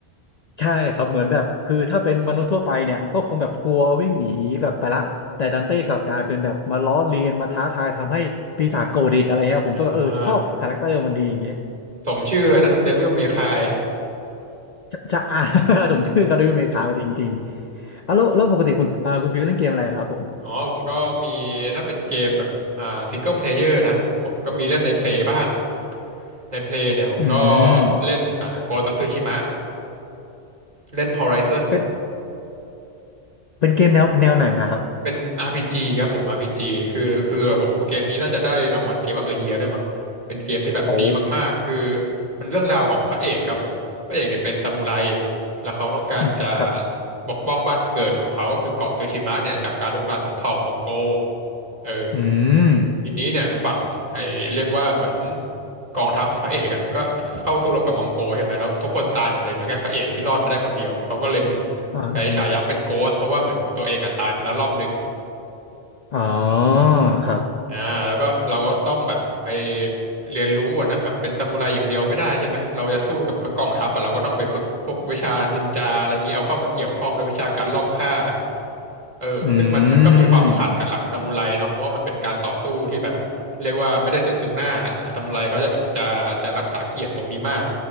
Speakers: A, on the left; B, on the right.
A: ใช่ครับเหมือนแบบคือถ้าเป็นมนุษย์ทั่วไปเนี่ยก็คงแบบกลัววิ่งหนีแบบไปละแต่ดันเต้กลับกลายเป็นแบบมาล้อเลียนมาท้าทายทำให้ปีศาจโกรธอีกอะไรเงี้ยผมก็แบบเออชอบคาแรคเตอร์มันดีอย่างเงี้ย
B: อ่าสมชื่อนะ Devil May Cry
A: ช่ <laughs> อ่า <laughs> ผมชื่อคาเดมี่เมคาจริงๆอ่ะแล้วแล้วปกติคุณอ่าคุณฟิวเล่นเกมอะไรครับผม
B: อ๋อผมก็มีถ้าเป็นเกมแบบอ่าซิงเกิลเพลเยอร์นะผมก็มีเล่นในเพลยบ้าง ในเพลงเนี่ยผมก็
A: อืม
B: เล่นอ่าโกะตับฟูชิมะเล่นฮอริซอน
A: เป็นเป็นเกมแนวแนวไหนอะครับ
B: เป็น RPG ครับผม RPG คือคือโหเกมนี้น่าจะได้รางวัลเกม of the Year ดอะเยียร์ด้วยมั้งเป็นเกมที่แบบดีมากๆคือ
A: โอ้
B: มันเรื่องราวของพระเอกครับผมพระเอกเนี่ยเป็นซามูไรแล้วเขาต้องการจะ
A: อืมครับ
B: ปกป้องบ้านเกิดของเขาก็คือเกาะซูชิมะเนี่ยจากการรุกรานของเผ่ามองโกเออ
A: อืม
B: ทีนี้เนี่ยฝั่งไอเรียกว่าเหมือนกองทัพของพระเอกอ่ะก็เข้าสู้รบกับมองโกใช่ไหมแล้วทุกคนตายหมดเลยเหลือแค่พระเอกที่รอดมาได้คนเดียวเขาก็เลยเหมือน
A: อ่า
B: ใช้ฉายาเป็นโกสต์เพราะว่าเหมือนตัวเองอ่ะตายไปแล้วรอบหนึ่ง
A: อ๋อครับ
B: อ่าแล้วก็เราก็ต้องแบบไปเรียนรู้อะนะแบบเป็นซามูไรอย่างเดียวไม่ได้ใช่ไหมเราจะสู้กับทั้งกองทัพอะเราก็ต้องไปฝึกพวกวิชานินจาอะไรอย่างนี้เอาเข้ามาเกี่ยวข้องโดวยวิชาการลอบฆ่าเออซึ่งมันมันก็มีความขัดกับหลักซามูไรเนาะเพราะว่ามันเป็นการต่อสู้ที่แบบเรียกว่าไม่ได้ซึ่งซึ่งหน้าซามูไรเขาจะแบบจะจะรักษาเกียรติตรงนี้มาก
A: อืม